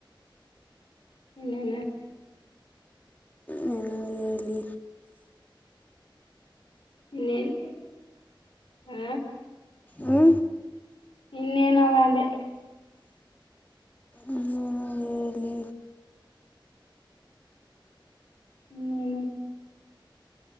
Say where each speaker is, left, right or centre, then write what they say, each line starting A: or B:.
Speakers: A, on the left; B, on the left.
A: ಇನ್ನೆನ
B: ನೀನು ಹೇಳಿ
A: ಇನ್ನೇನ್ ಹಾ
B: ಹ್ಮ
A: ಇನ್ನೇನವಾಂದೆ
B: ನೀನು ಹೇಳಿ
A: ಇನ್ನೇನು